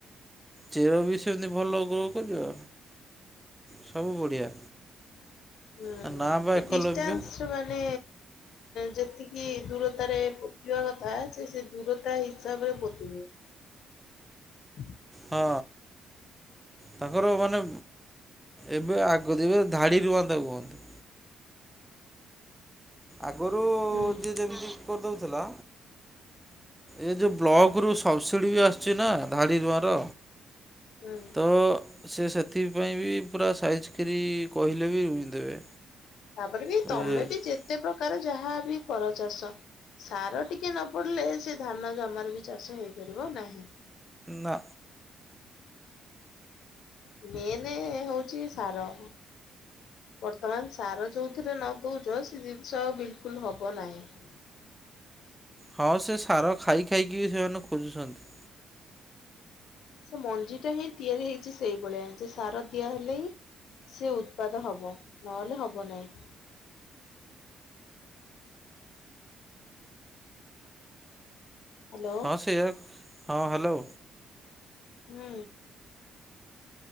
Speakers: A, in the centre; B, on the left.
A: ଚେର ବି ସେମିତି ଭଲ ଗ୍ରୋ କରିବ। ସବୁ ବଢ଼ିଆ।
B: ହୁଁ
A: ତା ନାଁ
B: ସେ
A: ବା ଏକଲବ୍ୟ
B: ଡିସାନ୍ସ ମାନେ ଯେତିକି ଦୂରତାରେ ପୋତିବା କଥା ସେ ଦୂରତା ହିସାବରେ ପୋତି ବେ। ହୁଁ।
A: ହଁ। ତାଙ୍କର ମାନେ ଏବେ ଆଗ ଏବେ ଧାଡିରୁୁହନ୍ତିତାକୁ କୁହନ୍ତି। ଆଗରୁ
B: ହୁଁ
A: ଯିଏ ଯେମିତି କରିଦେଉଥିଲା ଏ ଯେଉଁ ବ୍ଲକ ରୁ ସବସିଡି ବି ଆସିଛି ନା ଧାଡ଼ି ଦୁଆଁର।
B: ହୁଁ
A: ତ ସେ ସେଥିପାଇ ବି ପୁରା ସାଇଜ କରି କହିଲେ। ବି ରୁଇଦେବେ
B: ତାପରେ ବି
A: ବୁଝିଲେ
B: ତମେ ବି ଯେତେ ପ୍ରକାର ଯାହା ବି କର ଚାଷ ସାର ଟିକେ ନ ପଡିଲେ ସେ ଧାନ ଜମାରୁ ବି ଚାଷ ହେଇପାରିବ ନାହିଁ।
A: ନା।
B: ମେନ୍ ହଉଛି ସାର। ବର୍ତ୍ତମାନ ସାର ଯଉଁଥିରେ ନ ଦଉଛ ସେ ଜିନିଷ ଆ ବିଲକୁଲ ହବ ନାହିଁ।
A: ହଁ ସେ ସାର ଖାଇ ଖାଇକି ସେମାନେ ଖୋଜୁଛନ୍ତି।
B: ସେ ମଞ୍ଜି ଟା ହିଁ ତିଆରି ହେଇଛି ସେଇଭଳିଆ ଯେ ସାର ଦିଆ ହେଲେ ହିଁ ସେ ଉତ୍ପାଦ ହବ ନହେଲେ ହବ ନାହିଁ। ହ୍ୟାଲୋ
A: ହଁ ସେୟ ହଁ ହ୍ୟାଲୋ।
B: ହୁଁ।